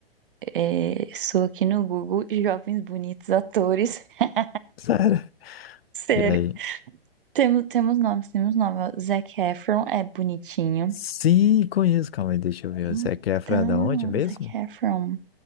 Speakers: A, on the right; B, on the left.
A: é, sou aqui no Google, jovens bonitos atores. <laughs>
B: Sério.
A: Sério.
B: E aí?
A: Temos, temos nomes, temos nomes. Zac Efron é bonitinho.
B: Sim, conheço. Calma aí, deixa eu ver.
A: Então,
B: O Zac Efron é da onde mesmo?
A: Zac Efron.